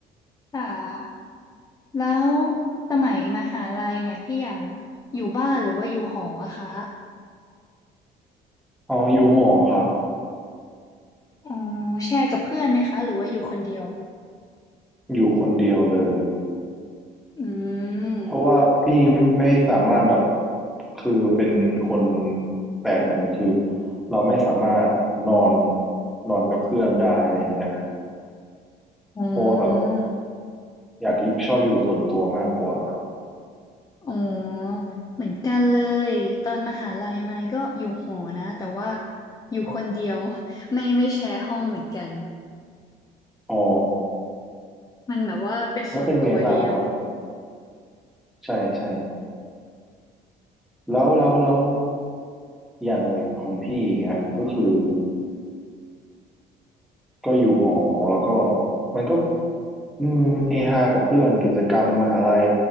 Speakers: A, on the left (about 20°); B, in the centre.
A: อ่าแล้วสมัยมหาลัยเนี่ยพี่หยางอยู่บ้านหรือว่าอยู่หออะคะ
B: อ๋ออยู่หอครับ
A: อ๋อแชร์กับเพื่อนไหมคะหรือว่าอยู่คนเดียว
B: อยู่คนเดียวเลย
A: อืม
B: เพราะว่าพี่ไม่สามารถแบบคือเป็นคนแปลกอย่างหนึ่งคือเราไม่สามารถนอนนอนกับเพื่อนได้อะไรอย่างเงี้ย
A: อ๋อ
B: เพราะว่าแบบอยากชอบอยู่ส่วนตัวมากกว่า
A: อ๋อเหมือนกันเลยตอนมหาลัยไม้ก็อยู่หอนะแต่ว่าอยู่คนเดียว <laughs> ไม่ไม่แชร์ห้องเหมือนกัน
B: อ๋อ
A: มันแบบว่าเป็นส่วนตัวดีเนาะ
B: แล้วเป็นไงบ้างครับใช่ใช่แล้วแล้วแล้วอย่างอย่างของพี่อย่างเงี้ยก็คือ ก็อยู่หอแล้วก็มันก็อืมเฮฮากับเพื่อนกิจกรรมมหาลัย